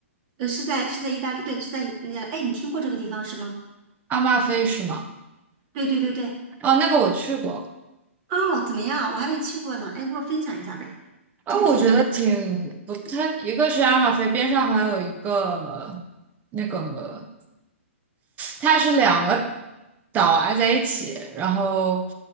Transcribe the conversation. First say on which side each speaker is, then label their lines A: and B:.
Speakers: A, on the right; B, on the right.
A: 呃，是在是在意大利，对，是在意那哎，你听过这个地方是吗？
B: 阿马菲是吗？
A: 对对对对，
B: 哦，那个我去过，
A: 哦，怎么样？我还没去过呢，哎，给我分享一下呗，
B: 啊，
A: 这个景点。
B: 我觉得挺不，它一个是阿马菲边上还有一个那个，它是两个岛挨在一起，然后